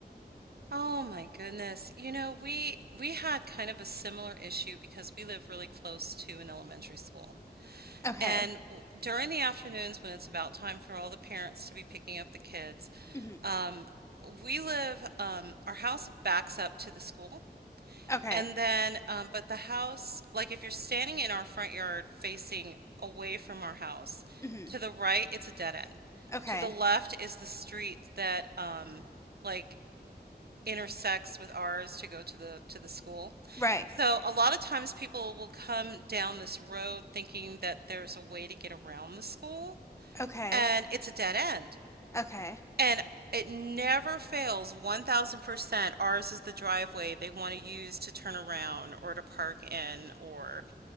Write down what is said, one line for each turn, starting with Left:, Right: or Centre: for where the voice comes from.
Right: Oh my goodness. You know, we we had kind of a similar issue because we live really close to an elementary school.
Left: Okay.
Right: And w- during the afternoons when it's about time for all the parents to be picking up the kids,
Left: hmm
Right: um, we live um, our house backs up to the school.
Left: Okay.
Right: And then, um, but the house, like if you're standing in our front yard facing away from our house,
Left: hmm
Right: to the right, it's a dead end.
Left: Okay.
Right: To the left is the street that um like intersects with ours to go to the to the school.
Left: Right.
Right: So a lot of times people will come down this road thinking that there's a way to get around the school,
Left: Okay.
Right: and it's a dead end.
Left: Okay.
Right: And it never fails 1,000% ours is the driveway they wanna use to turn around or to park in or,